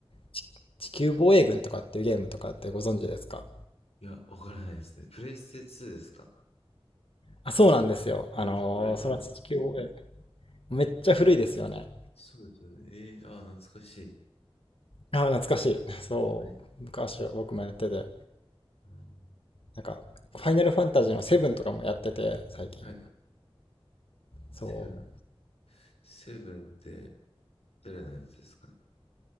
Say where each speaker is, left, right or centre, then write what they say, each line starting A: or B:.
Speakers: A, on the left; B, on the left.
A: ち地球防衛軍とかっていうゲームとかってご存知ですか
B: いや、わからないですね。プレステ2ですか
A: あ、そうなんですよ。あの、
B: え、結構レトロですね。
A: その地球防衛、めっちゃ古いですよね。
B: そうですよね。えー、ああ、懐かしい。
A: あー、懐かしい。そう。
B: はい。
A: 昔は僕もやってて。
B: うん、
A: なんか、ファイナルファンタジーのセブンとかもやってて、最近。
B: はい。セブン。
A: そ
B: セブンって誰のやつですかね